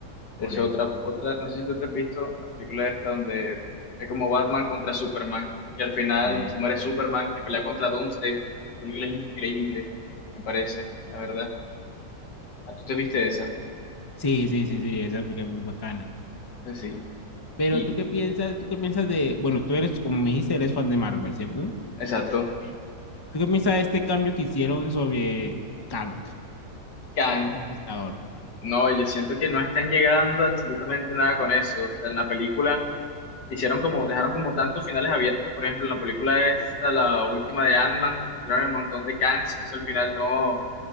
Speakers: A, on the left; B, on the left.
A: Es
B: por eso.
A: otra, otra, no sé si tú te has visto la película esta donde hay como Batman contra Superman, que al final
B: Sí.
A: se muere Superman, que pelea contra Doomsday. La película es increíble, me parece, la verdad. ¿A tú te viste esa?
B: Sí, sí, sí, sí, esa porque es muy bacana.
A: Eh, Sí.
B: Pero
A: Y,
B: tú qué piensas, tú qué piensas de, bueno, tú eres, como me dijiste, eres fan de Marvel, ¿cierto?
A: exacto.
B: ¿Tú qué piensas de este cambio que hicieron sobre Kang,
A: Kang.
B: el Conquistador?
A: No, yo siento que no están llegando absolutamente nada con eso. O sea, en la película hicieron como, dejaron como tantos finales abiertos. Por ejemplo, en la película esta, la última de Ant-Man, tiraron el montón de Kangs, que eso al final no,